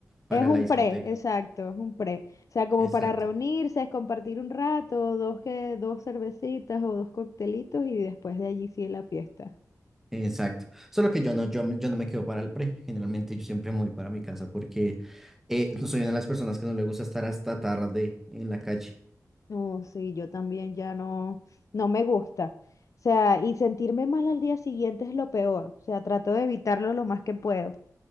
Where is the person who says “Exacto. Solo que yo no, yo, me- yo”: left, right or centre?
Centre